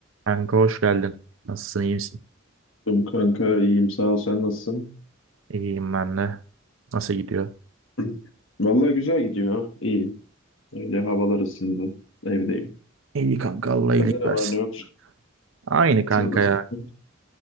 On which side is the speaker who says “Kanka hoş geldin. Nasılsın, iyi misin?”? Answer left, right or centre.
Right